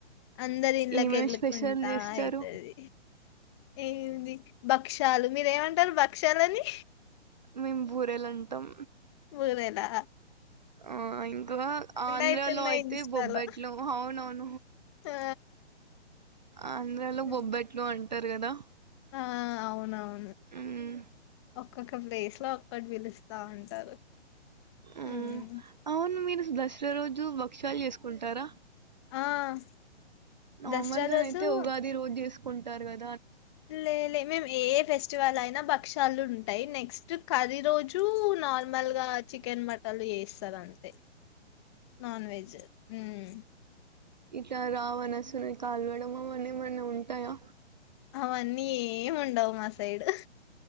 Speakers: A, on the left (about 25°); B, on the right (about 40°).
A: అందరి ఇండ్లకెళ్ళుకుంటా
B: ఏమేమి స్పెషల్ చేస్తారు
A: అయితది ఏముంది భక్షాలు మీరేమంటరు భక్ష్యాలని
B: మేము బూరేలు అంటాం
A: బురెలేనా
B: ఆ ఇంకా ఆంధ్రాలో
A: అయితున్నాయి
B: అయితే
A: ఇన్‌స్టాలో.
B: బొబ్బెట్లు అవునవును
A: ఆ!
B: ఆంధ్రాలో
A: హ్మ్.
B: బొబ్బెట్లు అంటారు గదా
A: ఆ అవునవ్
B: మ్
A: ఒక్కొక్క ప్లేస్ లో ఒక్కటి పిలుస్తా ఉంటారు
B: ఆ
A: హ్మ్.
B: అవును మీరు దసరా రోజు భక్షాలు చేసుకుంటారా
A: ఆ
B: నార్మల్గానైతే
A: దసరా రోజు
B: ఉగాది రోజు చేసుకుంటారు గద్
A: లే లే మేము ఏ ఫెస్టివల్ అయినా భక్షాలు ఉం టాయ్ నెక్స్ట్ కర్రీ రోజు నార్మల్ గా చికెన్ మటన్లు చేస్తరు అంతే నాన్ వెజ్ హు మ్
B: ఇట్ల రావణాసురుని కాలువడం అవన్నీ ఏమన్న ఉంటయా
A: అవన్నీ ఏం ఉండవు మా సైడ్